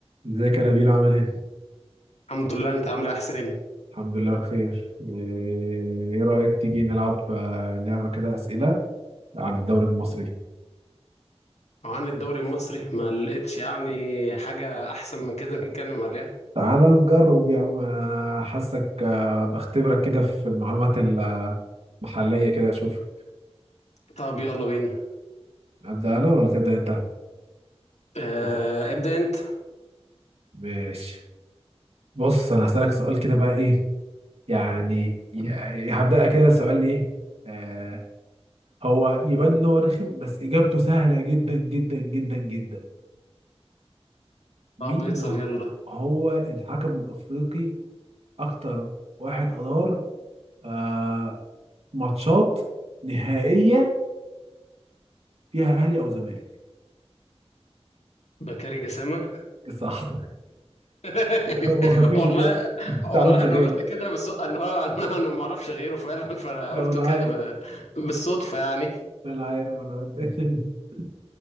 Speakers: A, on the right; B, on the left.
A: ازيك يا نبيل عامل ايه؟
B: الحمد لله انت عامل ايه يا حسين
A: الحمد لله بخير ايه إيه رأيك تيجي نلعب آه، لعبة كده أسئلة عن الدوري المصري
B: عن الدوري المصري ما لقيتش يعني حاجة احسن من كده <laughs> نتكلم عليها
A: تعال نجرب يا عم أنا حاسك آه، بختبرك كده في المعلومات المحلية كده أشوف
B: طب يلا بينا
A: أبدأ أنا ولا تبدأ أنت؟
B: اه ابدأ انت
A: ماشي بص أنا هسألك سؤال كده بقى إيه يعني يعني هبدأ كده سؤال إيه آه هو يبان إن هو رخم بس إجابته سهلة جدا جدا جدا جدا مين
B: طب اسأل يلا
A: هو الحكم الأفريقي اكتر واحد ادار آه ماتشات نهائيه فيها اهلي او زمالك
B: بكاري جسامة
A: صح
B: <laughs>
A: <laughs> هو مفيش
B: والله
A: غير ما
B: والله
A: تعرفش غيره
B: انا قلت كده بس انا اه انا انا ما اعرفش غيره فعلا فانا
A: أيوة،
B: قلته
A: انا
B: كده
A: عارف
B: ب- بالصدفة يعني
A: انا عارف انا قلت <laughs>